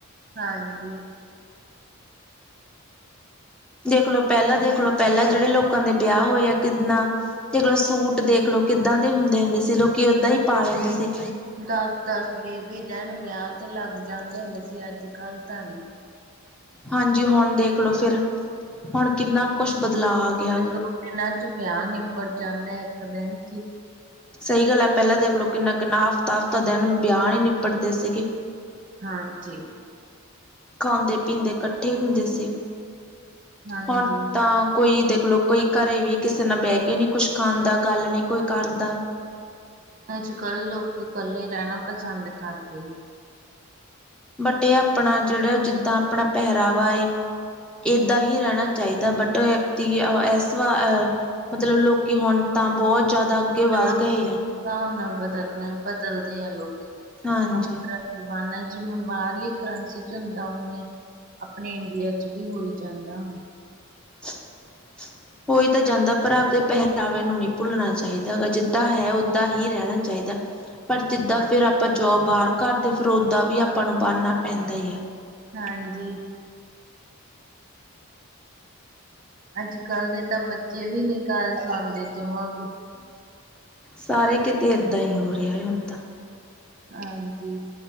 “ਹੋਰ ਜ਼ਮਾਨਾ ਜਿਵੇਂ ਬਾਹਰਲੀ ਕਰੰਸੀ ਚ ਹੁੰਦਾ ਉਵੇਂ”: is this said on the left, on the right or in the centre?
Right